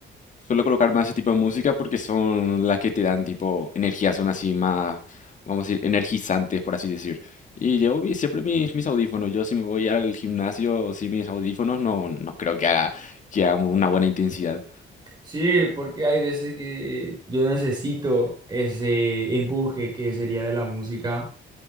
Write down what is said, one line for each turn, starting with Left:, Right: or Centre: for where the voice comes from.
Left: suelo colocar más ese tipo de música porque son las que te dan tipo energía, son así más, vamos a decir, energizantes, por así decir. Y llevo mi- siempre mis, mis audífonos. Yo si me voy al gimnasio sin mis audífonos, no, no creo que haga, que haga una buena intensidad.
Right: Sí, porque hay veces que yo necesito ese empuje que sería de la música